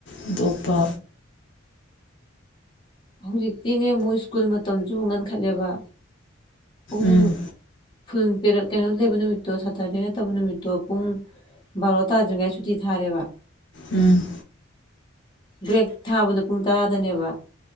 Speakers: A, on the left; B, on the left.
A: ꯑꯇꯣꯞꯄ
B: ꯍꯧꯖꯤꯛꯇꯤꯅꯦ ꯃꯣꯏ ꯁ꯭ꯀꯨꯜ ꯃꯇꯝꯖꯨ ꯉꯟꯈꯠꯂꯦꯕ ꯎꯨꯡ
A: ꯎꯝ
B: ꯐꯨꯜ ꯄꯦꯔꯠ ꯀꯩꯅꯣ ꯂꯩꯕ ꯅꯨꯃꯤꯠꯇꯣ ꯁꯥꯇꯗꯦ ꯅꯠꯇꯕ ꯅꯨꯃꯤꯠꯇꯣ ꯄꯨꯡ ꯕꯥꯔꯣ ꯇꯥꯗ꯭ꯔꯤꯉꯥꯏ ꯁꯨꯇꯤ ꯊꯥꯔꯦꯕ
A: ꯎꯝ
B: ꯕ꯭ꯔꯦꯛ ꯊꯥꯕꯗꯣ ꯄꯨꯡ ꯇꯔꯥꯗꯅꯦꯕ